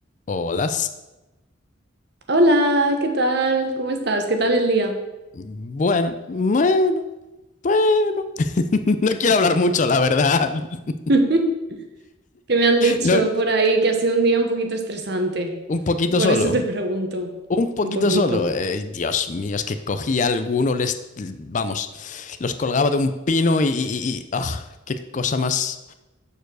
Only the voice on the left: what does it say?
Hola.
Bueno, bueno, bueno. <laughs> No quiero hablar mucho, la verdad. <laughs>
No,
un poquito
solo.
Un poquito
solo. Eh, Dios mío, es que cogía alguno, les, vamos, los colgaba de un pino y, y- y- ah, qué cosa más,